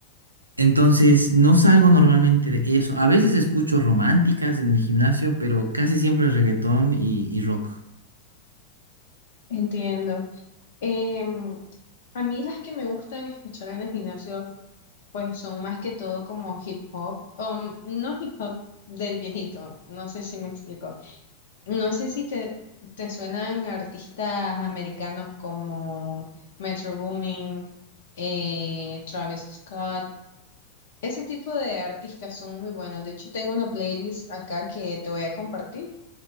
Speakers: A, on the right (about 80°); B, on the left (about 60°).
A: Entonces, no salgo normalmente de eso. A veces escucho románticas en el gimnasio, pero casi siempre reggaetón y, y rock,
B: Entiendo. Em, a mí las que me gustan escuchar en el gimnasio, pues son más que todo como hip hop, um, no hip hop del viejito, no sé si me explico. No sé si te, te suenan artistas americanos como Metro Boomin, eh, Travis Scott. Ese tipo de artistas son muy buenos. De hecho, tengo una playlist acá que te voy a compartir.